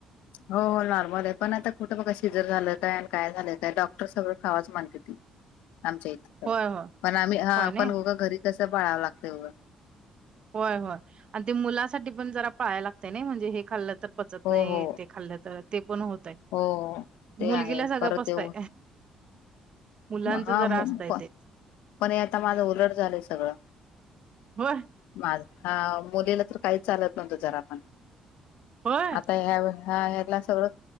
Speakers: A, on the left (about 85°); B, on the right (about 50°).
A: हो नॉर्मल आहे, पण आता कुठं बघा शिजर झालं काय आणि काय झालं काय? डॉक्टर सगळं खावाच म्हणते त आमच्या इथ तर
B: होय होय
A: पण आम्ही हा,
B: होय नाही
A: पण उग घरी कसं पाळावं लागतय गं.
B: होय होय आणि ते मुलासाठी पण, जरा पाळायला लागतय, नाही म्हणजे हे खाल्लं तर पचत
A: हो
B: नाही
A: हो
B: ते खाल्ल् तर ते पण होतय
A: हो ते
B: मुलगीला
A: आहे
B: सगळं
A: परत
B: पचतय.
A: येऊ
B: मुलांच
A: हा
B: जरा असतय
A: प
B: ते
A: पण हे आता माझं उलट झालंय सगळं.
B: व्हय.
A: माझ हा मुलीला तर काही चालत नव्हतं जरा पणं
B: होय
A: आता ह्या वेळे हा ह्याला सगळं